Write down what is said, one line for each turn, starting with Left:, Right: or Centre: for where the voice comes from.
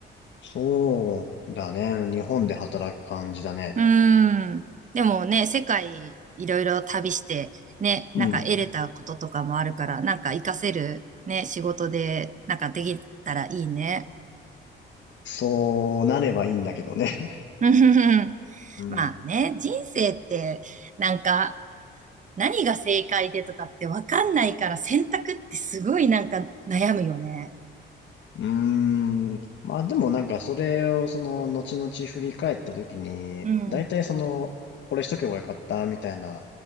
Left: そうだね。日本で働く感じだね。
Right: うーん。でもね、世界いろいろ旅して、ね、
Left: うん。
Right: なんか得れたこととかもあるから、なんか活かせるね、仕事で、なんかできたらいいね。
Left: そうなればいいんだけどね。
Right: <laughs> うんふふふ
Left: <laughs> うん。
Right: まあね、
Left: <laughs>
Right: 人生って、なんか、何が正解でとかってわかんないから選択ってすごいなんか悩むよね。
Left: うーん。まあでもなんかそれをその後々振り返った時に、
Right: うん、
Left: 大体その、これしとけばよかったみたいな